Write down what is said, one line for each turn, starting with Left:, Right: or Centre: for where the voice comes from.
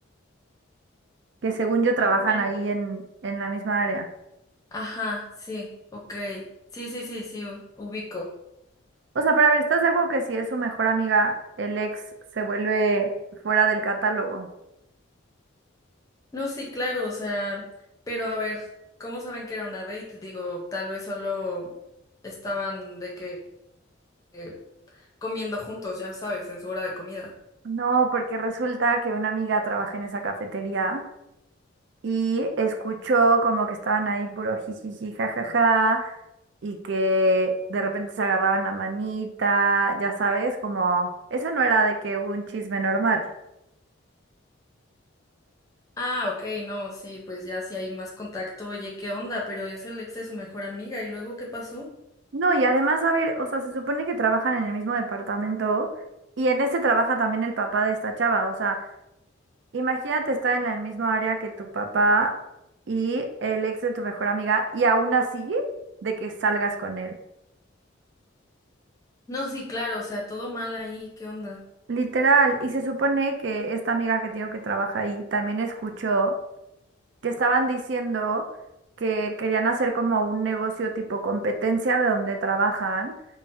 Right: que según yo trabajan
Left: No inventes.
Right: ahí en, en la misma área.
Left: Ajá, sí, ok. Sí, sí, sí, sí, u- ubico.
Right: O sea, pero a ver, ¿estás de acuerdo que si es su mejor amiga, el ex se vuelve fuera del catálogo?
Left: No, sí, claro, o sea, pero a ver, ¿cómo saben que era una date? Digo, tal vez solo estaban de que eh, comiendo juntos, ya sabes, en su hora de comida.
Right: No, porque resulta que una amiga trabaja en esa cafetería y escuchó como que estaban ahí puro jijiji, jajaja, y que de repente se agarraban la manita, ya sabes, como eso no era de que un chisme normal.
Left: Ah, ok, no, sí, pues ya si hay más contacto, oye, ¿qué onda? Pero es el ex de su mejor amiga, ¿y luego qué pasó?
Right: No, y además, a ver, o sea, se supone que trabajan en el mismo departamento y en ese trabaja también el papá de esta chava. O sea, imagínate estar en el mismo área que tu papá y el ex de tu mejor amiga y aún así de que salgas con él.
Left: No, sí, claro, o sea, todo mal ahí, ¿qué onda?
Right: Literal. Y se supone que esta amiga que tengo que trabaja ahí también escuchó que estaban diciendo que querían hacer como un negocio tipo competencia de donde trabajan